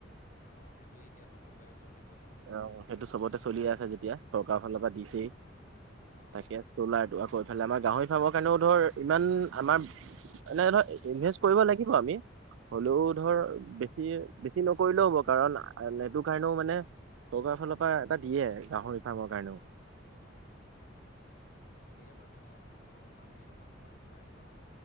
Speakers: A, on the left (about 45°); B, on the right (about 85°).
A: অ সেইটোৱে এতিয়া চবতে চলিব ন
B: আহ সেইটো চবতে চলিয়ে আছে যেতিয়া চৰকাৰ ফালৰ পৰা তাকে
A: অ
B: চলাৰটো আকৌ ইফালে আমাৰ গাহৰি ফাৰ্মৰ কাৰণেও ধৰ ইমান আমাৰ এনে ধৰ ইনভেষ্ট কৰিব লাগিব আমি। হ'লেও ধৰ
A: প্ৰথম
B: বেছি বেছি নকৰিলেও হ'ব কাৰণ সেইটো কাৰণেও মানে চৰকাৰৰ ফালৰ পৰা এটা দিয়ে গাহৰি ফাৰ্মৰ কাৰণেও।
A: দিয়ে বাৰু দে অ তোৰ মাটি এডোখৰ ভাল চাই ধৰ